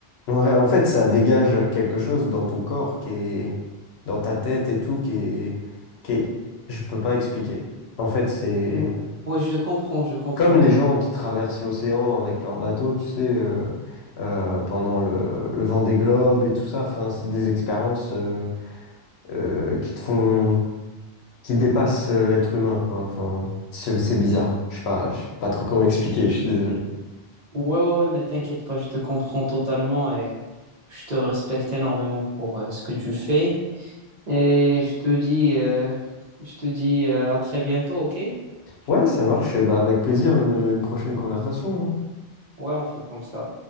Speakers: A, on the left (about 80°); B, on the right (about 45°).
A: Ouais, en fait, ça dégage quelque chose dans ton corps qui est, dans ta tête et tout, qui est, qui est, je peux pas expliquer. En fait, c'est
B: Ouais, ouais, je comprends, je comprends
A: comme les
B: totalement.
A: gens qui traversent l'océan avec leur bateau, tu sais, euh, euh, pendant le, le vent des globes et tout ça. Enfin, c'est des expériences euh, euh, qui te font, qui dépassent euh, l'être humain, quoi. Enfin, c'est c'est bizarre. Je sais pas, je sais pas trop comment <laughs> expliquer. Je suis désolé.
B: Ouais, ouais, ouais, mais t'inquiète pas, je te comprends totalement et je te respecte énormément pour euh, ce que tu fais. Et je te dis, euh, je te dis euh, à très bientôt, ok?
A: Ouais, ça marche. Bah, avec plaisir, une, une prochaine conversation. hein.
B: Ouais, on fait comme ça.